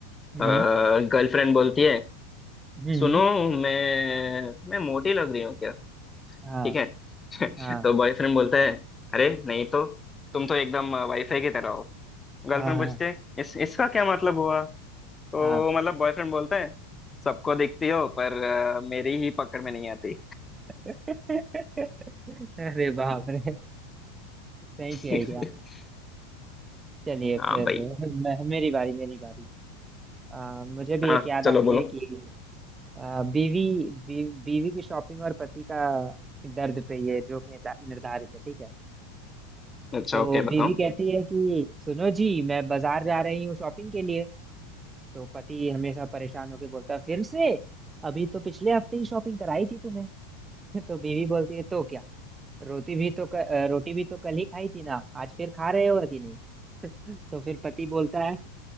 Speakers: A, on the right; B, on the left.
A: हम्म
B: गर्लफ्रेंड बोलती है
A: हम्म
B: सुनो
A: हम्म,
B: मैं मैं मोटी लग रही हूँ क्या
A: हाँ
B: ठीक है
A: हाँ
B: <laughs> तो बॉयफ्रेंड बोलता है अरे नहीं तो तुम तो एकदम वाईफाई की तरह हो गर्लफ्रेंड
A: हाँ
B: पूछती है इस इसका क्या मतलब हुआ तो
A: हाँ हाँ
B: मतलब बॉयफ्रेंड बोलता है सबको दिखती हो पर अ, मेरी ही पकड़ में नहीं आती
A: <laughs> अरे बाप रे सही
B: <laughs>
A: खेल गया चलिए
B: हाँ
A: फिर
B: भाई
A: मैं, मेरी बारी मेरी बारी आ, मुझे भी
B: हाँ
A: एक याद
B: चलो
A: आ रही
B: बोलो
A: है कि आ, बीवी बी, बीवी की शॉपिंग और पति का दर्द पे ये जोक निर्धा- निर्धारित है ठीक है
B: अच्छा
A: तो
B: ओके
A: बीवी
B: बताओ
A: कहती है कि सुनो जी मैं बाजार जा रही हूँ शॉपिंग के लिए तो पति हमेशा परेशान होके बोलता है फिर से अभी तो पिछले हफ्ते ही शॉपिंग कराई थी तुम्हें <laughs> तो बीवी बोलती है तो क्या रोटी भी तो क, अ, रोटी भी तो कल ही खाई थी ना आज फिर खा रहे हो कि नहीं <laughs> तो फिर पति बोलता है